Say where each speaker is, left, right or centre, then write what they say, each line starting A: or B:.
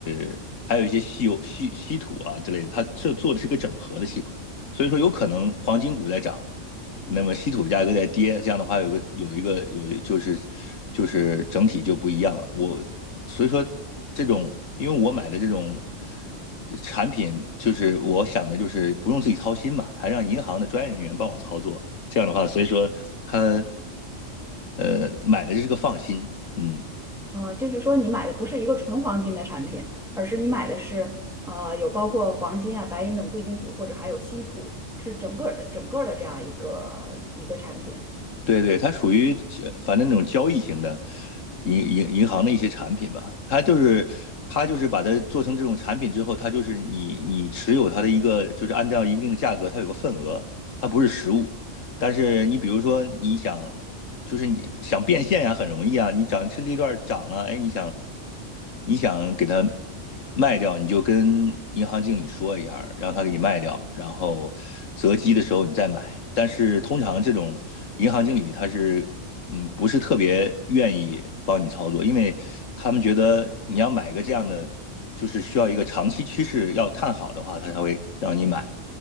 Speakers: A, on the left; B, in the centre.
A: 呃还有一些稀有稀稀土啊之类的，它这做的是个整合的系统。所以说有可能黄金股在涨，那么稀土的价格在跌，这样的话有个有一个有就是就是整体就不一样了。我所以说这种，因为我买的这种产品，就是我想的就是不用自己操心嘛，还让银行的专业人员帮我操作，这样的话，所以说他呃买的就是个放心，嗯。
B: 呃，就是说你买的不是一个纯黄金的产品，而是你买的是呃有包括黄金啊、白银等贵金属，或者还有稀土，是整个儿的整个儿的这样一个一个产品。
A: 对对，它属于呃反正那种交易型的银银银行的一些产品吧，它就是它就是把它做成这种产品之后，它就是你你持有它的一个就是按照一定的价格，它有个份额，它不是实物。但是你比如说你想就是你想变现呀，很容易啊。你涨趁这段涨了，哎，你想你想给它卖掉，你就跟银行经理说一下，让他给你卖掉，然后择机的时候你再买。但是通常这种银行经理他是嗯不是特别愿意帮你操作，因为他们觉得你要买个这样的，就是需要一个长期趋势要看好的话，他才会让你买。